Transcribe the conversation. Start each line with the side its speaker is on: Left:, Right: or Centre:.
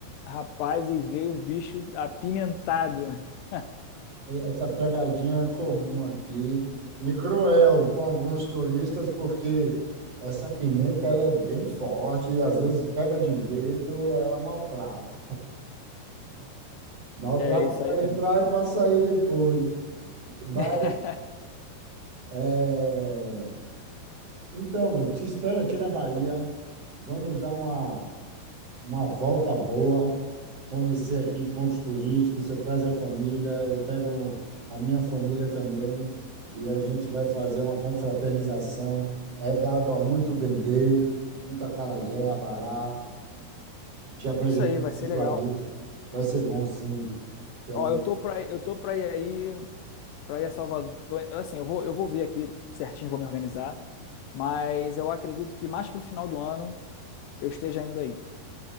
Left: Rapaz, e veio um bicho apimentado. <laughs>
Right: essa pegadinha é comum aqui e cruel com alguns turistas, porque essa pimenta ela é bem forte e às vezes pega de jeito, ela maltrata. Maltrata
Left: É isso
Right: para
Left: aí mesmo.
Right: entrar e para sair depois. Mas,
Left: <laughs>
Right: é, então, velho, te espero aqui na Bahia. Vamos dar uma uma volta boa, conhecer aqui pontos turísticos, você traz a família, eu pego a minha família também e a gente vai fazer uma confraternização, regado a muito dendê, muito acarajé, abará, te apresentar
Left: Isso aí, vai
Right: esse
Left: ser
Right: iguarias.
Left: legal.
Right: Vai ser bom, sim. Tem.
Left: Ó, eu tô pra, eu tô pra ir aí, pra ir a Salvador. Assim, eu vou, eu vou ver aqui certinho, vou me organizar. Mas eu acredito que mais pro final do ano eu esteja indo aí,